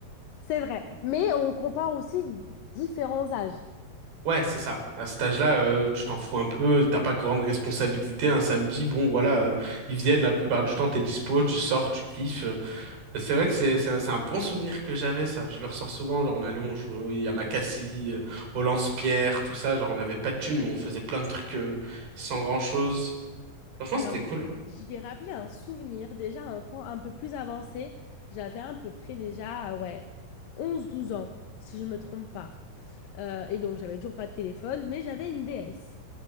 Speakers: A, on the left; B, on the right.
A: C'est vrai. Mais on compare aussi différents âges.
B: Ouais, c'est ça. À cet âge-là, euh, tu t'en fous un peu, t'as pas grande responsabilité. Un samedi, bon, voilà, euh, ils viennent la plupart du temps, t'es dispo, tu sors, tu kiffes. euh. C'est vrai que c'est c'est un, c'est un bon souvenir que j'avais, ça. Je le ressors souvent, genre, on allait, on jouait à Makassi, euh, au lance-pierre, tout ça. Genre, on avait pas de thunes, mais on faisait plein de trucs euh, sans grand-chose. Franchement,
A: Alors,
B: c'était cool.
A: je vais rappeler un souvenir, déjà un temps un peu plus avancé. J'avais à peu près déjà, euh, ouais, 11-12 ans, si je ne me trompe pas. Euh, et donc, j'avais toujours pas de téléphone, mais j'avais une DS.